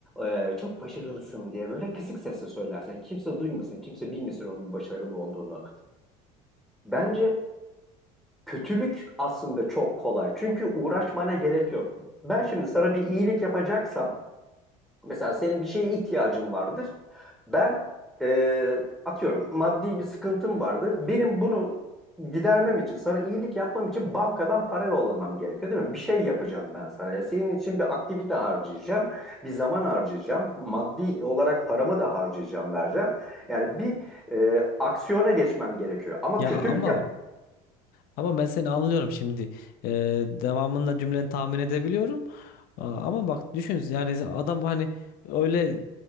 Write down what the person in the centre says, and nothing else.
Ee, çok başarılısın diye böyle kısık sesle söylersin. Kimse duymasın, kimse bilmesin onun başarılı olduğunu. Bence kötülük aslında çok kolay. Çünkü uğraşmana gerek yok. Ben şimdi sana bir iyilik yapacaksam, mesela senin bir şeye ihtiyacın vardır. Ben e, atıyorum maddi bir sıkıntım vardır. Benim bunu gidermem için, sana iyilik yapmam için bankadan para yollamam gerekiyor değil mi? Bir şey yapacağım ben sana. Ya senin için bir aktivite harcayacağım, bir zaman harcayacağım, maddi olarak paramı da harcayacağım, vereceğim. Yani bir e, aksiyona geçmem gerekiyor. Ama
kötülük
yapamam.